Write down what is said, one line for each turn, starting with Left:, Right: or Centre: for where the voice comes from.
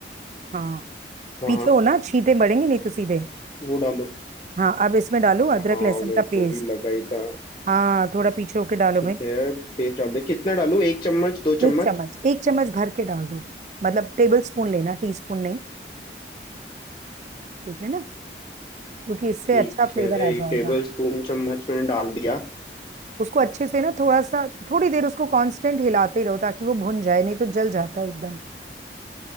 Right: हाँ
Left: हाँ
Right: पीछे
Left: हाँ
Right: हो ना छींटे मरेंगे नहीं तो सीधे
Left: वो डालो
Right: हाँ अब इसमें डालो अदरक
Left: हाँ
Right: लहसुन
Left: मेरे
Right: का
Left: को
Right: पेस्ट
Left: भी लगा ही था
Right: हाँ थोड़ा पीछे होके डालो
Left: ठीक
Right: भाई
Left: है पेस्ट डाल दे कितना डालूं एक चम्मच दो
Right: एक
Left: चम्मच
Right: चम्मच एक चम्मच भर के डाल दो मतलब टेबल स्पून लेना टी स्पून नहीं ठीक है ना क्योंकि इससे
Left: ठीक
Right: अच्छा फ्लेवर
Left: है
Right: आ
Left: एक
Right: जाएगा
Left: टेबल स्पून चम्मच मैंने डाल दिया
Right: उसको अच्छे से ना थोड़ा सा थोड़ी देर उसको कांस्टेंट हिलाते रहो ताकि वो भुन जाए नहीं तो जल जाता है एकदम